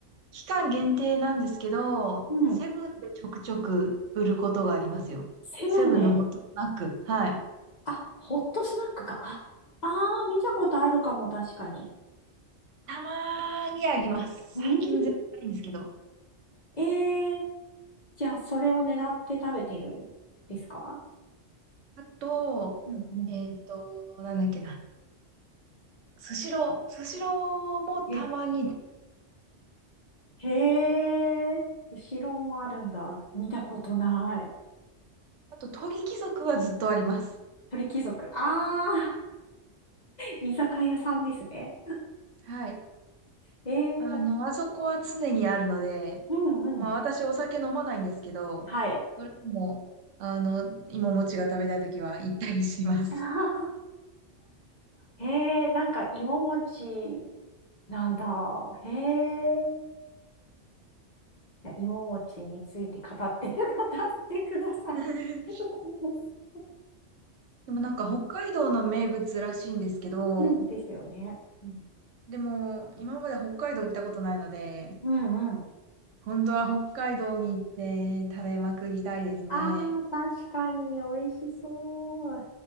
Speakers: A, on the right; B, on the left.
A: 期間限定なんですけど、
B: うん。
A: セブンでちょくちょく売ることがありますよ。
B: セブンで。
A: セブンのホットスナック。はい。
B: あ、ホットスナックか。あ、あー見たことあるかも、確かに。
A: たまーにあります。
B: うー
A: 最近全然ないんですけど。
B: ん。えー、じゃあ、それを狙って食べてるですか
A: あと、
B: うんうん。
A: えっと、なんだっけな。スシロー。スシローもたまに。
B: へ、へえ、後ろもあるんだ。見たことない。
A: あと、鳥貴族はずっとあります。
B: 鳥貴族。あー、居酒屋さんですね。
A: はい。
B: えー、
A: あの、あそこは常にあるので、
B: うんうん。
A: まあ私お酒飲まないんですけど、
B: はい。
A: それでも、あの、芋餅が食べたいときは行ったりします。
B: <laughs> あーえー、なんか芋餅なんだ。へえ。いや芋餅について語って、<laughs> 語ってください。
A: <laughs>
B: <laughs>
A: でもなんか北海道の名物らしいんですけど、
B: うんですよね。うん、
A: でも今まで北海道行ったことないので、
B: うんうん。
A: 本当は北海道に行って食べまくりたいですね。
B: あー、確かに美味しそう。